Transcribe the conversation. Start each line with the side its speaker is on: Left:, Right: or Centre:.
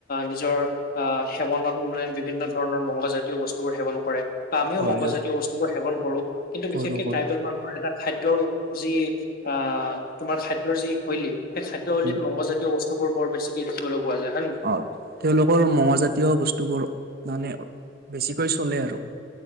Left: নিজৰ সেৱনত মানে বিভিন্ন ধৰণৰ মংগজাতীয় বস্তুবোৰ সেৱন কৰে <unintelligible> ত আমিও
Right: হয়
Left: মং <unintelligible>
Right: হয়
Left: জাতীয় বস্তুবোৰেন কৰু <unintelligible> কিন্তু
Right: কৰো
Left: বিশেষকে
Right: কৰো
Left: ট্ৰাইবেল মানুহৰ এটা <unintelligible> খাদ্যৰ যি আ তোমাৰ খাদ্য ৰ যি শৈলী এই খাদ্যশলীত
Right: উম
Left: মংগজাতীয় অৱস্থ <unintelligible> ব্তুব বৰ বেছি কি দেখিবলৈ পোৱা যায় <unintelligible>
Right: অ তেওঁলোকৰ মঙজাতীয় বস্তুবোৰ মানে বেছিকৈ চলে আৰু